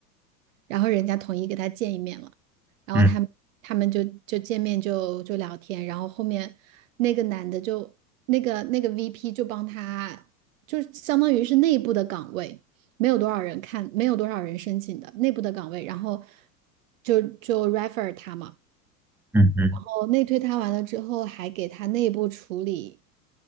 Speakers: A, on the right (about 55°); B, in the centre.
A: 然后人家统一给他见一面了，然后他们他们就就见面就就聊天，
B: 嗯
A: 然后后面那个男的就那个那个 VP 就帮他，就相当于是内部的岗位，没有多少人看，没有多少人申请的内部的岗位，然后就就 refer 他嘛，
B: 嗯嗯，
A: 然后内推他完了之后，还给他内部处理，